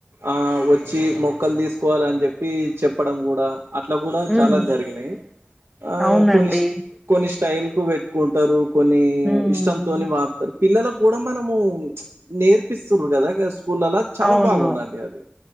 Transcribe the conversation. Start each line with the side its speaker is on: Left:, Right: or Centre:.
Right: ఆ వచ్చి మొక్కలు తీసుకోవాల అని చెప్పి చెప్పడం కూడా అట్లా కూడా
Centre: హ్మ్.
Right: చాలా జరిగినాయి ఆ
Centre: అవునండి.
Right: కొన్ని కొన్ని స్టైల్ కు పెట్టుకుంటారు కొన్ని
Centre: హ్మ్.
Right: ఇష్టంతోని వాడతారు పిల్లలకు కూడా మనము నేర్పిస్తుర్రు కదా స్కూల్ల్ లలా చాలా
Centre: అవును.
Right: బాగుందండి అది